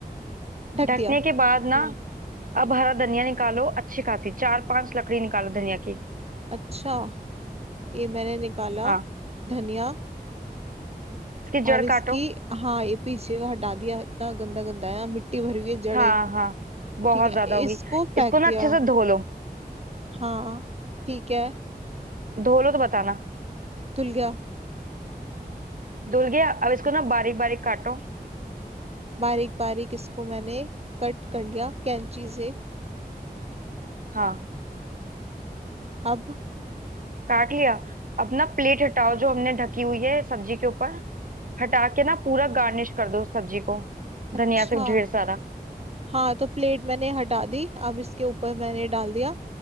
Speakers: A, on the right; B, on the right.
A: ढक
B: ढकने
A: दिया
B: के बाद ना
A: हम्म
B: अब हरा धनिया निकालो अच्छी खासी चार पांच लकड़ी निकालो धनिया की
A: अच्छा ये मैंने निकाला
B: हाँ
A: धनिया
B: इसकी जड़
A: और इसकी
B: काटो
A: हाँ ये पीछे का हटा दिया इतना गंदा गंदा है मिट्टी भरी हुई है जड़े
B: हाँ हाँ बहुत
A: ठीक है
B: ज्यादा होगी
A: इसको फेंक
B: इसको ना
A: दिया
B: अच्छे से धो लो
A: हाँ ठीक है
B: धो लो तो बताना
A: धुल गया
B: धुल गया अब इसको ना बारीक बारीक काटो
A: बारीक बारीक इसको मैंने कट कर लिया कैंची से
B: हाँ
A: अब
B: काट लिया अब ना प्लेट हटाओ जो हमने ढकी हुई है सब्जी के ऊपर हटा के ना पूरा गार्निश कर दो उस सब्जी को
A: अच्छा
B: धनिया से ढेर सारा
A: हाँ तो प्लेट मैंने हटा दी अब इसके ऊपर मैंने डाल दिया